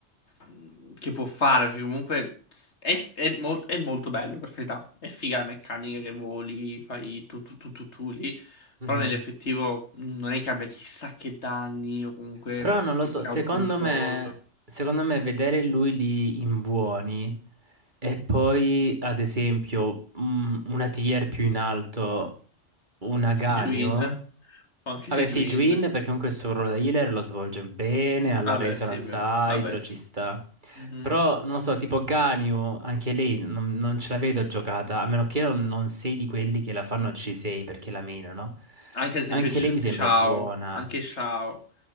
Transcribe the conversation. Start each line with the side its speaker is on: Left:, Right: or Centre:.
Left: mh, che può fare, perché comunque è, f- è mol- è molto bello, per carità. È figa la meccanica che voli, fai tu tu tu tu tu lì.
Right: Mhm.
Left: Però nell'effettivo mh, non è che abbia chissà che danni o comunque
Right: Però non lo
Left: che
Right: so,
Left: crowd
Right: secondo
Left: control.
Right: me, secondo me vedere lui lì in buoni e poi, ad esempio, mm, una tier più in alto, un Aganio.
Left: Sijuin, o anche
Right: Vabbè,
Left: Sijuin.
Right: sì, Juin perché comunque il suo ruolo da healer lo svolge bene, alla
Left: Vabbè,
Right: Resonance
Left: sì, è vero.
Right: Hydro
Left: Vabbè, sì.
Right: ci sta.
Left: Mhm.
Right: Però, non lo so, tipo Ganyu, anche lei non, non ce la vedo giocata, a meno che non, non sei di quelli che la fanno C6 perché la menano.
Left: Anche ad esempio
Right: Anche
Left: Sh-
Right: lei mi sembra
Left: Shao,
Right: buona.
Left: anche Shao.